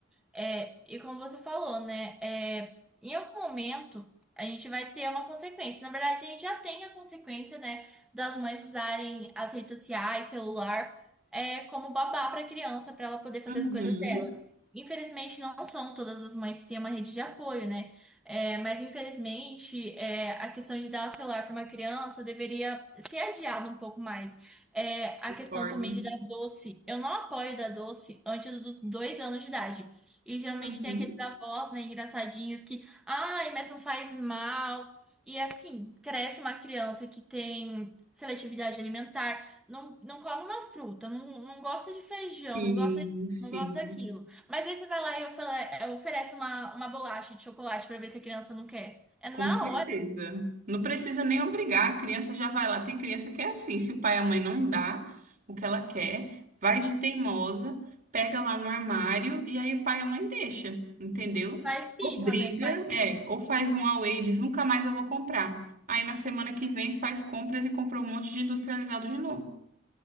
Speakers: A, in the centre; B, on the right.
A: É, e como você falou, né? é, em algum momento a gente vai ter uma consequência. Na verdade, a gente já tem a consequência, né? Das mães usarem as redes sociais, celular, é, como babá para a criança, para ela poder fazer
B: Uhum,
A: as coisas dela. Infelizmente, não são todas as mães que têm uma rede de apoio, né? É, mas infelizmente, é, a questão de dar celular para uma criança deveria ser adiada um pouco mais. É,
B: concordo.
A: a questão também de dar doce. Eu não apoio dar doce antes dos dois anos de idade. E geralmente
B: Uhum.
A: tem aqueles avós, né, engraçadinhos que, ai, mas não faz mal. E assim, cresce uma criança que tem seletividade alimentar, não, não come uma fruta, não, não gosta de feijão,
B: Sim,
A: não gosta disso,
B: sim.
A: não gosta daquilo. Mas aí você vai lá e ofele- é, oferece uma, uma bolacha de chocolate pra ver se a criança não quer. É
B: Com
A: na
B: certeza.
A: hora,
B: Não precisa nem obrigar, a criança já vai lá. Tem criança que é assim, se o pai e a mãe não dá o que ela quer, vai de teimosa, pega lá no armário e aí o pai e a mãe deixa, entendeu?
A: faz birra,
B: Obriga,
A: né? Faz birra.
B: é, ou faz um away e diz, nunca mais eu vou comprar. Aí na semana que vem faz compras e compra um monte de industrializado de novo.